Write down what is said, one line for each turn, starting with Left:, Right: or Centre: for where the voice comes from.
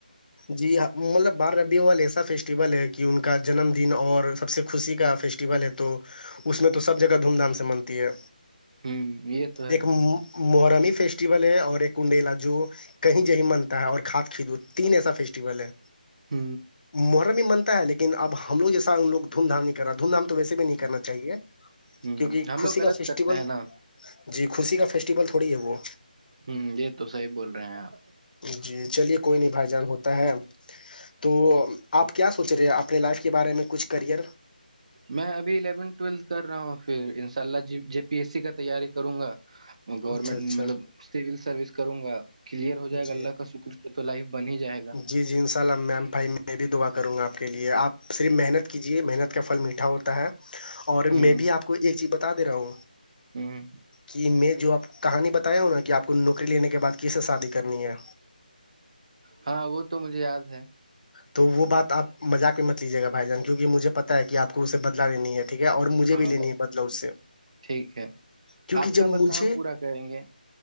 Left: جی ہ مطلب بارہ ربیع وال ایسا فیسٹیول ہے کہ ان کا جنم دن اور سب سے خوشی کا فیس ہے تو اس میں تو سب جگہ دھوم دھام سے ملتی ہے
Right: ہ یہ تو ہے
Left: ایک محرممی فیسٹیول ہے اور ایک کنڈیلا جو کہیں جی منتا ہے اور کھاد کد تین ایسا فیسٹیول ہے
Right: ہ
Left: محرممینتا لن اب ہم لو جیسا ان لوگ دھوم دھام نہیں کر رہا دھوم دام تو ویسے بھی نہیں کرنا چاہیے
Right: ہ
Left: کیونکہ
Right: ہم
Left: خوشی
Right: لوگ غلط
Left: کا فیسٹیول
Right: کرتے ہیں نا
Left: جی خوشی کا فیسٹیول تھوڑی ہے وہ
Right: ہوں یہی تو صحیح بول رہے ہیں آپ
Left: جی چلیے کوئی نہیں بھائی جان ہوتا ہے تو آپ کیا سوچ رہے ہیں اپنے لائف کے بارے میں کچھ کریئر
Right: میں ابھی الیون ٹویلتھ کر رہا ہوں پھر انشاء اللہ جے پی ایس سی کا تیاری کروں گا گورنمنٹ
Left: اچھا اچھا
Right: مطلب سول سروس کروں گا کلیئر ہو جائے گا
Left: جی
Right: اللہ کا شکر تو لائف بن ہی جائے گا
Left: جی جی ان شاء اللہ میم بھائی میں بھی دعا کروں گا آپ کے لیے آپ صرف محنت
Right: ہ
Left: کیجیے محنت کا پھل میٹھا ہو ہے اور
Right: ہ
Left: میں بھی آپ کو ایک چیز بتا دے رہا ہوں
Right: ہ
Left: کہ میں جو آپ کہانی بتایا ہوں نا کہ آپ کو نوکری لینے کے بعد کیسے شادی کرنی ہے
Right: ہاں وہ تو مجھے یاد ہے
Left: تو وہ بات آپ مذاق میں مت لیجیے گا بھائی جان کیون کہ مجھے پتا ہے کہ آپ کو اسے بدلا لینی ہے ٹھیک ہے اور مجھے
Right: ہاں
Left: بھی لینی ہے بدلو سے
Right: ٹھیک ہے
Left: کیونکہ
Right: آپ کا
Left: جب
Right: بدلہ
Left: مجھے
Right: ہم پورا کریں گے